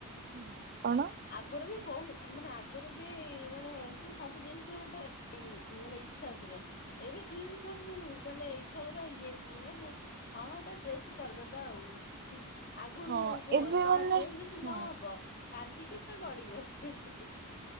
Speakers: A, on the right; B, on the left.
A: ହୁଁ, କଣ?
B: ଆଗରୁ ବି ବହୁତ, ମାନେ ଆଗରୁ ବି ମାନେ ସେ ସବୁ ଜିନିଷରେ ଗୋଟେ ମାନେ ଇଚ୍ଛା ଥିଲା ଏବେ ଧୀରେ ଧୀରେ ସବୁ ମାନେ ଇଚ୍ଛା ଗୁରା ଇଏ ମାନେ ହଁ ଗୋଟେ ଡ୍ରେସ୍ ଟେ କରିଦେବା ଆଉ। ହୁଁ ହୁଁ। ଆଗରୁ
A: ହଁ
B: ଗ
A: ଏବେ
B: ନ
A: ମାନେ
B: ଡ୍ରେସ ଯଦି
A: ହଁ
B: ନହବ କାନ୍ଦିକି ପୁରା ଗଡିବ ସେ ଛେ।